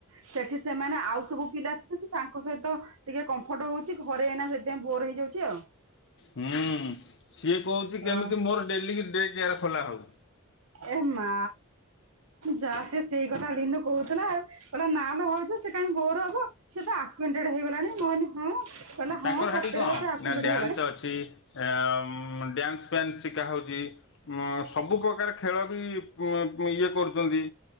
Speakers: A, on the right; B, on the left.
A: ସେଠି ସେମାନେ ଆଉ ସବୁ ପିଲା ଥିଲେ ସେ ତାଙ୍କ ସହିତ ଟିକେ କମ୍ଫର୍ଟ ହଉଚି ଘରେ ଯାଇନା ସେଥିପାଇଁ ବୋର ହେଇଯାଉଚି ଆଉ।
B: ହୁଁ ସିଏ କହୁଛି କେମିତି
A: ଅ
B: ମୋର ଡେଲି କି ଡେକେୟାର ଖୋଲା ହଉ।
A: ଏ ମା ଯା ସିଏ ସେଇ କଥା ଲିନୁକ୍ କହୁଥିଲା ନା ଲୋ ଭାଉଜ ସେ କାଇଁ ବୋର ହବ ସେ ତ ଆକ୍ୟା୍ଟେଡେ ହେଇଗଲାଣି ହଁ। କହିଲା
B: ତାଙ୍କର
A: ହଁ ସତରେ
B: ହେଟି କଣ
A: ବା ସେ ଆକ୍ୱେଣ୍ଟେଡ
B: ନା ଡ୍ୟାନ୍ସ
A: ହେଇଗଲାଣି
B: ଅଛି। ଏ ଡ୍ୟାନ୍ସ ଫ୍ୟାନ୍ସ ଶିକାହଉଛି ସବୁ ପ୍ରକାର ଖେଳ ବିପୁ ପୁ ଇଏ କରୁଛନ୍ତି।